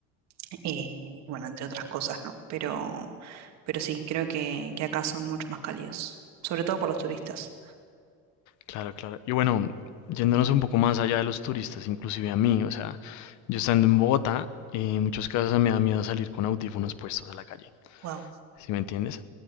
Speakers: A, on the right; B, on the left.
A: eh, y bueno, entre otras cosas, ¿no? Pero, pero sí, creo que, que acá son mucho más cálidos, sobre todo por los turistas.
B: claro, claro. Y bueno, yéndonos un poco más allá de los turistas, inclusive a mí, o sea, yo estando en Bogotá, eh, en muchos casos me da miedo salir con audífonos puestos a la calle,
A: Wow.
B: ¿sí me entiendes?